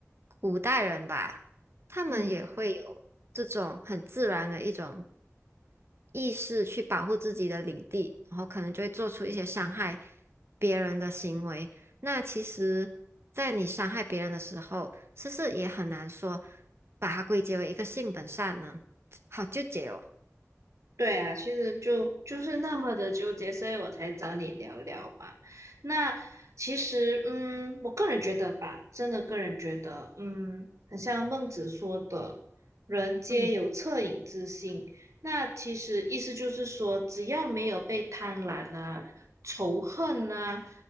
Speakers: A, on the right; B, on the right.
A: 古代人吧，他们也会有这种很自然的一种
B: 嗯，
A: 意识去保护自己的领地，然后可能就会做出一些伤害别人的行为。那其实，在你伤害别人的时候，是不是也很难说把它归结为一个性本善呢？好纠结哦。
B: 对啊，其实就就是那么的纠结，所以我才找你聊聊嘛。那其实，嗯，我个人觉得吧，真的个人觉得，嗯，很像孟子说的“人皆有恻隐之心”。
A: 嗯
B: 那其实意思就是说，只要没有被贪婪啊、仇恨啊